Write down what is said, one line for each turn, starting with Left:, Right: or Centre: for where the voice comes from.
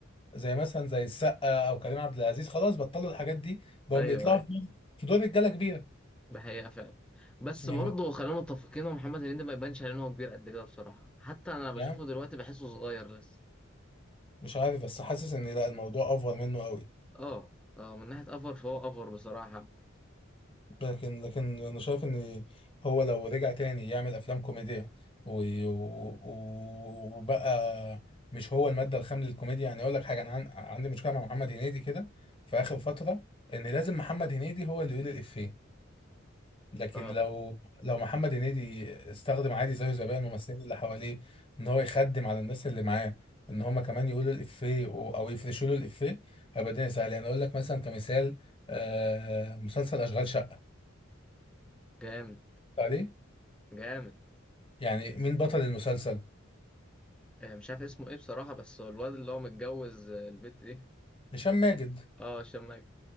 Left: زي مثلا زي السقا او كريم عبد العزيز خلاص بطلوا الحاجات دي بقوا
Centre: ايوه
Left: بيطلعوا
Centre: ايوه
Left: في دور في دور رجالة كبيرة
Centre: ده حقيقة فعلا بس
Left: يعني
Centre: برضه
Left: بط...
Centre: خلينا متفقين ان محمد هنيدي ما يبانش عليه ان هو كبير قد كده بصراحة حتى انا بشوفه
Left: يعني
Centre: دلوقتي بحسه صغير لسه
Left: مش عارف بس حاسس ان لا الموضوع افور منه قوي
Centre: اه اه من ناحية افر فهو افر بصراحة
Left: لكن لكن انا شايف ان هو لو رجع تاني يعمل افلام كوميديا و- و- وبقى مش هو الماده الخام للكوميديا يعني اقول لك حاجه انا عن- عندي مشكله مع محمد هنيدي كده في اخر فتره ان لازم محمد هنيدي هو اللي يقول الافيه لكن
Centre: اه
Left: لو لو محمد هنيدي استخدم عادي زيه زي باقي الممثلين اللي حواليه ان هو يخدم على الناس اللي معاه ان هم كمان يقولوا الافيه و- او يفرشوا له الافيه هيبقى الدنيا سهله يعني اقول لك مثلا كمثال آه، مسلسل اشغال شقه
Centre: جامد
Left: عليه
Centre: جامد
Left: يعني مين بطل المسلسل
Centre: آه، مش عارف اسمه ايه بصراحة بس هو الواد اللي هو متجوز آه، البت دي
Left: هشام ماجد
Centre: اه هشام ماجد